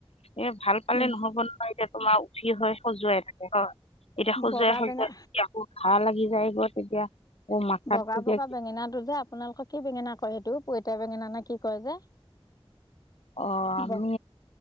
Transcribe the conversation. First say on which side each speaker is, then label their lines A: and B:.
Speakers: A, on the left (about 85°); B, on the left (about 40°).
A: এ ভাল পালে
B: বেঙে
A: নহব নহয় এতিয়া তোমাৰ উফি হয় খজুৱাই থাকে এতিয়া খজুৱাই
B: বগা
A: খজুৱাইয়া
B: বেঙা
A: আকৌ ঘাঁ লাগি যায় গ তেতিয়া আকৌ মাথাত
B: বগা
A: তেতিয়া
B: বগা বেঙেনা টো যে আপোনালোকৰ কি বেঙেনা কয় সেইটো পইতাৰ বেঙেনা নে কি কয় যে।
A: অ আমি
B: ব